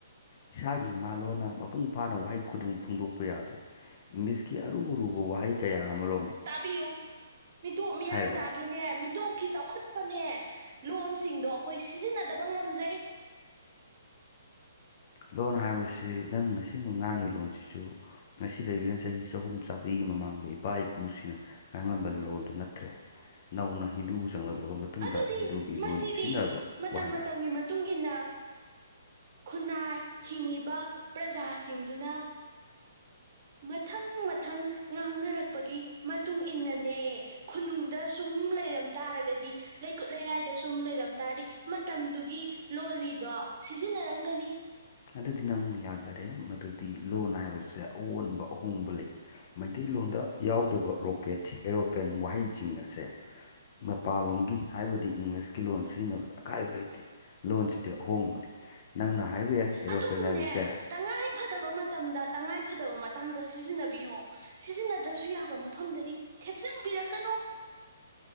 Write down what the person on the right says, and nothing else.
ꯄꯤꯌꯨ ꯃꯤꯇꯣꯞ ꯃꯤꯌꯥꯟꯆꯥꯒꯤ
ꯅꯦ ꯃꯤꯇꯣꯞꯀꯤ ꯆꯥꯎꯈꯠꯄꯅꯦ ꯂꯣꯟꯁꯤꯡꯗꯣ ꯑꯩꯈꯣꯏ ꯁꯤꯖꯤꯟꯅꯗꯕ ꯉꯝꯖꯩ
ꯑꯗꯨꯗꯤ
ꯃꯁꯤꯗꯤ
ꯃꯇꯝ
ꯃꯇꯝꯒꯤ ꯃꯇꯨꯡ ꯏꯟꯅ ꯈꯨꯟꯅꯥꯏ ꯍꯤꯡꯉꯤꯕ ꯄ꯭ꯔꯖꯥꯁꯤꯡꯗꯨꯅ ꯃꯊꯪ ꯃꯊꯪ ꯉꯥꯡꯅꯔꯛꯄꯒꯤ ꯃꯇꯨꯡ ꯏꯟꯅꯅꯦ ꯈꯨꯅꯨꯡꯗ ꯁꯨꯝ ꯂꯩꯔꯝ ꯇꯥꯔꯒꯗꯤ ꯂꯩꯀꯨꯠ ꯂꯩꯔꯥꯏꯗ ꯁꯨꯝ ꯂꯩꯔꯝ ꯇꯥꯔꯗꯤ ꯃꯇꯝꯗꯨꯒꯤ ꯂꯣꯜꯂꯤꯗꯣ ꯁꯤꯖꯤꯟꯅꯔꯝꯒꯅꯤ
ꯑꯗꯨꯕꯨꯅꯦ
ꯇꯉꯥꯏ ꯐꯗꯕ ꯃꯇꯝꯗ ꯇꯉꯥꯏ ꯐꯗꯕ ꯃꯇꯥꯡꯗ ꯁꯤꯖꯤꯟꯅꯕꯤꯌꯨ ꯁꯤꯖꯤꯟꯅꯗ꯭ꯔꯁꯨ ꯌꯥꯕ ꯃꯐꯝꯗꯗꯤ ꯊꯦꯠꯆꯟꯕꯤꯔꯛꯀꯅꯣ